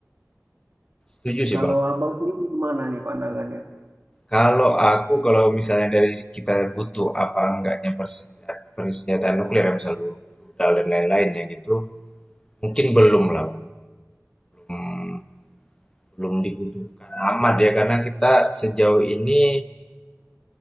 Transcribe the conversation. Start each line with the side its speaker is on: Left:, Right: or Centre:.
Left: setuju sih
Right: Kalau
Left: bang.
Right: abang sendiri gimana nih pandangannya?
Left: Kalau aku kalau misalnya dari kita butuh apa enggaknya persenjataan, persenjataan nuklir ya misalnya rudal dan lain-lain ya gitu, mungkin belum lah Mmm, belum dibutuhkan amat ya, karena kita sejauh ini